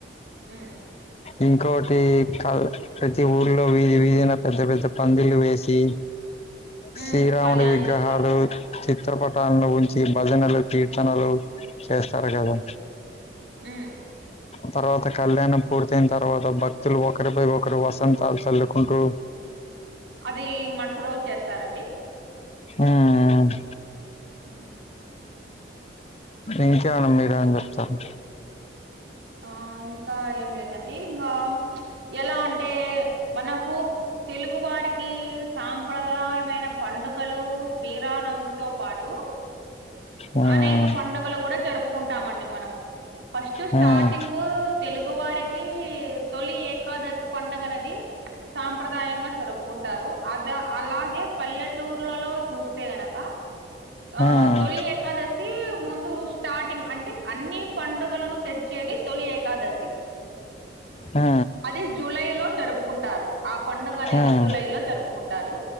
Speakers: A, on the right (about 80°); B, on the left (about 35°).
A: ఉమ్
B: ఇంకోటి కల్ ప్రతి ఊళ్లో వీధి వీధిన పెద్ద పెద్ద పందిళ్లు వేసి
A: ఉమ్
B: శ్రీరాముడి
A: కళ్యాణం
B: విగ్రహాలు
A: చేస్తారు
B: చిత్రపటాలల్లో ఉంచి భజనాలు కీర్తనలు చేస్తారు గదా
A: ఉమ్మ్
B: తర్వాత కళ్యాణం పూర్తయిన్ తర్వాత భక్తులు ఒకరిపై ఒకరు వసంతాలు చల్లుకుంటూ
A: అది మరస రోజ్ చేస్తారండి
B: ఉమ్మ్
A: ఉమ్మ్
B: ఇంకేవన్న మీరేం అని చెప్తారు
A: ఆ ఇంకా ఏం లేదండి ఇంగా ఎలా అంటే మనకు తెలుగు వారికి సాంప్రదాయమైన పండగలు శ్రీరానవిమితో పాటు టు
B: మ్మ్.
A: అనేక పండగలు గూడ జరుపుకుంటామండి మనము ఫస్ట్
B: మ్మ్.
A: స్టార్టింగ్ తెలుగు వారికి తొలి ఏకాదశి పండగ అనేది సాంప్రదాయంగా జరుపుకుంటారు అద అలాగే పల్లెటూర్లలో చూస్తే గానక
B: మ్మ్.
A: ఆ తొలి ఏకాదశి ముందు స్టార్టింగ్ అంటే అన్ని పండుగలను తెచ్ చేది తొలి ఏకాదశి
B: ఆ
A: అది జూలై లో జరుపుకుంటారు ఆ పండగనేది
B: మ్మ్.
A: జూలై లో జరుపుకుంటారు